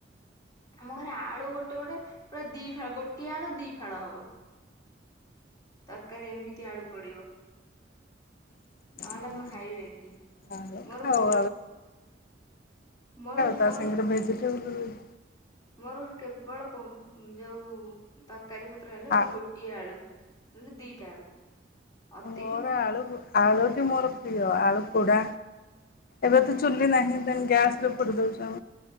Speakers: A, on the left; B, on the left.
A: ଆମ ଘରେ ଆଳୁ ଗୋଟେ ଗୋଟେ ପୁରା ଦି ଫାଳ ଗୋଟିଏ ଆଳୁ ଦି ଫାଳ ହବ ତରକାରୀ ଏମିତି ଆଳୁ ପଡିବ।
B: <unintelligible>
A: ନହେଲେ ଆମର ଖାଇବେନି କେହି ମୋର
B: ଖାଉ
A: ଗୋ ମୋର
B: ତା
A: ମୋର
B: ସାଙ୍ଗରେ ଭେ <unintelligible>
A: ମୋର କେବଳ ପ ଯୋଉ ତାକୁ ତକାରୀ ପତ୍ର ହେଲେ ମୋର
B: ଆ
A: ଗୋଟିଏ ଆଳୁ ଦିଟା ଆଳୁ ଅଧିକ
B: ମୋର ଆଳୁ ଆଳୁଟି ମୋର ପ୍ରିୟ ଆଳୁ ପୋଡା ଏବେ ତ ଚୁଲି ନାହିଁ ଗ୍ୟାସରେ ପୋଡି ଦଉଛୁ।